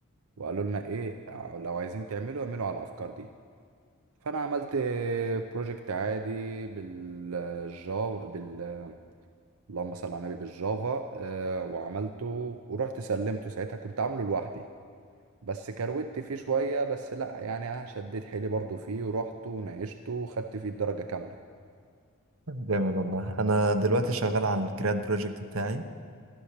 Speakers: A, on the right (about 80°); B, on the right (about 65°).
A: وقالوا لنا إيه لو عايزين تعملوا اعملوا على الأفكار دي فانا عملت بروجكت عادي بالجافا بال اللهم صل على النبي بالجافا آه، وعملته ورحت سلمته ساعتها كنت عامله لوحدي بس كروت فيه شوية بس لا يعني أنا شديت حيلي برضو فيه ورحت وناقشته وخدت فيه الدرجة كاملة
B: جامد والله انا دلوقتي شغال على الجراد بروجكت بتاعي